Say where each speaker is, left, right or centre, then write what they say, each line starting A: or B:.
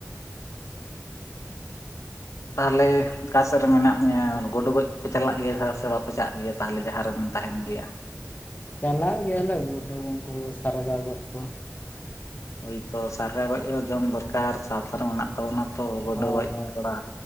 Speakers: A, on the left; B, on the left.
A: ᱛᱟᱦᱚᱞᱮᱻ ᱚᱠᱟ ᱥᱮᱫ ᱨᱮ ᱢᱮᱱᱟᱜ ᱢᱮᱭᱟ ᱜᱳᱰᱳ ᱜᱚᱡ ᱯᱮ ᱪᱟᱞᱟᱜ ᱜᱮᱭᱟ ᱥᱮ ᱵᱟᱯᱮ ᱪᱟᱜ ᱜᱮᱭᱟ? ᱛᱟᱦᱚᱞᱮ ᱡᱟᱦᱟᱸ ᱨᱮᱢ ᱛᱟᱦᱮᱱ ᱜᱮᱭᱟ?
B: ᱪᱟᱞᱟᱜ ᱜᱮᱭᱟᱞᱮ ᱜᱩᱰᱩ ᱩᱝᱠᱩ ᱥᱟᱨᱜᱟᱣ ᱜᱚᱡ ᱠᱚ᱾
A: ᱦᱳᱭᱛᱚ ᱥᱟᱨᱮ ᱜᱚᱡ ᱠᱚ ᱡᱚᱢ ᱫᱚᱨᱠᱟᱨ ᱥᱟᱶᱛᱟ ᱨᱮ ᱢᱮᱱᱟᱜ ᱛᱟᱵᱚᱱᱟ᱾ ᱛᱚ ᱜᱩᱰᱩ
B: ᱦᱳᱭ
A: ᱜᱚᱡ
B: ᱦᱳᱭ,
A: ᱛᱷᱚᱲᱟ